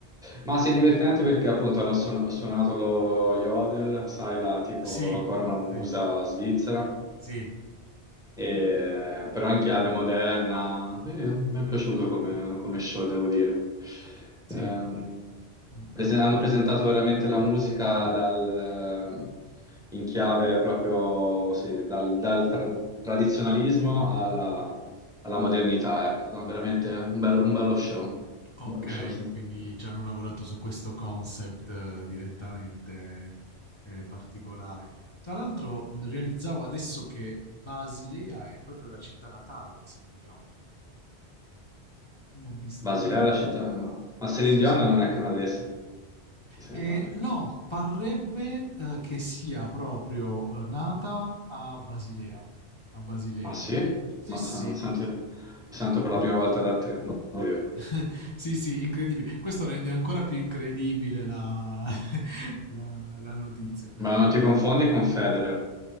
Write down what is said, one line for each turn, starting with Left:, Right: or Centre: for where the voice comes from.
Centre: Ma sì, è divertente perché appunto hanno suon- ho suonato lo yodel, sai, la tipo
Left: Sì,
Centre: cornamusa
Left: sì,
Centre: svizzera,
Left: sì,
Centre: e- però in chiave moderna. Eh, mi è piaciuto come, come show, devo dire. Ehm,
Left: sì. Mm,
Centre: prese-
Left: mm,
Centre: hanno presentato veramente la musica dal, in chiave proprio, sì, dal, dal tra- tradizionalismo alla, alla modernità, ecco, No, veramente un bello, un bello show, un
Left: Okay,
Centre: bello show, sì.
Left: quindi ci hanno lavorato su questo concept, ehm, direttamente, ehm, particolare. Tra l'altro, mhmm, realizzavo adesso che Basilea è proprio la città natale di Céline Dion. Mhmm, ho visto
Centre: Basilea
Left: proprio nella
Centre: è la
Left: s
Centre: città, ma, ma Celine
Left: sì,
Centre: Dion
Left: sì.
Centre: non è canadese, mi sembra
Left: Ehm,
Centre: a me.
Left: no, parrebbe, ehm, che sia proprio, ehm, nata a Basilea a Basilea.
Centre: Ah sì?
Left: Sì,
Centre: Ma
Left: sì.
Centre: sa- lo sento, lo sento per la prima volta da te, non lo sapevo.
Left: <laughs> Sì, sì, incredibile. Questo rende ancora più incredibile la <laughs> la la notizia, però
Centre: Ma non ti confondi con Federer,